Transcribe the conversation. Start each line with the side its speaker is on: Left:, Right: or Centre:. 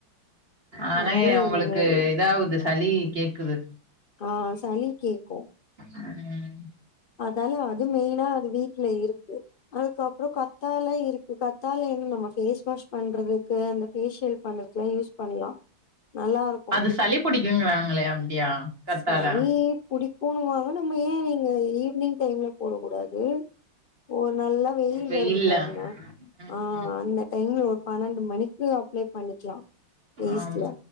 Right: ஆனா
Left: அதெல்லா
Right: உங்களுக்கு
Left: எதுவுமே இல்ல
Right: இதாகுது சளி கேக்குது
Left: ஆ சளி கேக்கூ
Right: ம்
Left: அதால அது மெயினா அது வீட்ல இருக்கு அதுக்கப்பறோ கத்தால இருக்கு கத்தால இன்னு நம்ம பேஸ் வாஷ் பண்றது க்கு அந்த பேசியல் பண்றதுக்குலா யூஸ் பண்லா நல்லாரு
Right: அது சளி புடிக்குங்றாங்களே அப்டியா கத்தால
Left: சளி புடிக்கும்னு வாங்க நம்ம ஏ நீங்க ஈவி்னிங் டைம்ல போடக் கூடாது ஓ நல்ல வெயில்
Right: வெயில்ல
Left: வருது பாருங்க
Right: ம்
Left: ஆ அந்த டைம்ல ஒரு பன்னெண்டு மணிக்கு அப்ளை பண்ணிக்கலா வேஸ்ட்ல
Right: ஆம்